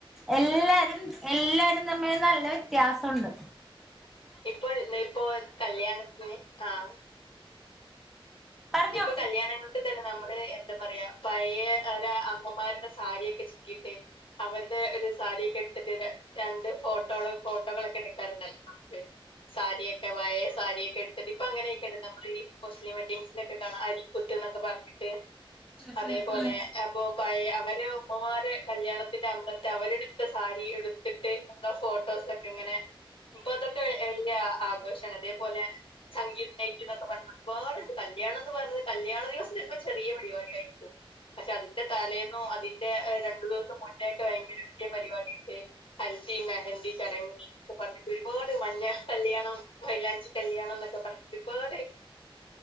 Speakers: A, in the centre; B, on the left (about 65°).
A: എല്ലാരും എല്ലാരും തമ്മില് നല്ല വ്യത്യാസുണ്ട്.
B: ഇപ്പൊ ഇ ഇപ്പോ കല്യാണത്തിന് ആഹ്
A: പറഞ്ഞോ
B: ഇപ്പൊ കല്യാണങ്ങൾക്ക് തന്നെ നമ്മള് എന്താ പറയാ പഴയാ അവരെ അമ്മമാരുടെ സാരിയൊക്കെ ചുറ്റിയിട്ട് അവരു ഒരു സാരിയൊക്കെ ഇട്ടിട്ട് ര രണ്ട് ഫോട്ടോള് ഫോട്ടോകളൊക്കെ എടുക്കാറുണ്ടല്ലോലെ സാരിയൊക്കെ പയേ സാരിയൊക്കെ എടുതിട്ട് ഇപ്പൊ അങ്ങനെയൊക്കെണ്ട് നമ്മള് ഈ മുസ്ലിം വെഡ്ഡിങ്സിലക്കെ കാണാ അരീ കുത്ത് ന്നൊക്കെ പറഞ്ഞിട്ട്
A: ഉം
B: അതേപോലെ
A: ഉം ഉം
B: അപ്പൊ പയേ അവര് ഉമ്മമാരെ കല്യാണത്തിന്റെ അന്ന ട്ട് അവരെടുത്ത സാരി എടുത്തിട്ട് ഉള്ള ഫോട്ടോസൊക്കെങ്ങനെ ഇപ്പൊ അതൊക്കെ വെല്ല്യ ആഘോഷാണ് അതെ പോലെ സങ്കിപൈറ്റ് ന്നൊക്കെ പറഞ്ഞിട്ട് ഒരുപാടുണ്ട് പ കല്യാണന്ന് പറഞ്ഞത് കല്യാണ ദിവസം ചെലപ്പോ ചെറിയ പരിപാടിയായിരിക്കും. പക്ഷെ അതിന്റെ തലേന്നും അതിന്റെ രണ്ടു ദിവസം മുന്നേ ഒക്കെ ഭയങ്കര വല്യേ പരിപാടിട്ട് ഹൽദി മെഹന്തി ചടങ്ങൾ ഒക്കെ പറഞ്ഞിട്ട് ഒരുപാട് മഞ്ഞ കല്യാണം മൈലാഞ്ചി കല്യാണന്നൊക്കെ പറഞ്ഞി ഒരുപാട്